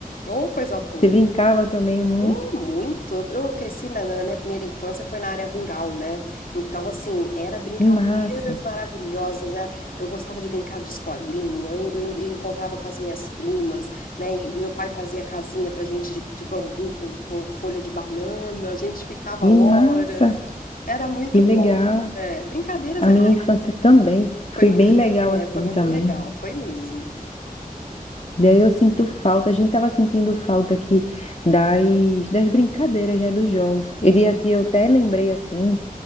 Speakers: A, on the left; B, on the left.
A: Oh, coisa boa.
B: Você brincava também muito.
A: Oh, muito. Eu cresci na, na minha primeira infância foi na área rural, né? Então, assim, era brincadeiras
B: Que massa,
A: maravilhosas. era- eu gostava de brincar de escolinha. Eu, eu encontrava com as minhas primas, né? E, meu pai fazia casinha pra gente de, de bambu com, com folha de banana. A gente ficava
B: que
A: horas.
B: massa,
A: Era muito
B: que legal.
A: bom. É, brincadeiras,
B: A
A: ah,
B: minha infância também
A: foi
B: foi
A: muito,
B: bem
A: fe-
B: legal
A: é,
B: assim
A: foi muito
B: também.
A: legal, foi mesmo.
B: Daí eu sinto falta, a gente estava sentindo falta aqui das, das brincadeiras, né, dos jogos. E de- aqui eu até lembrei assim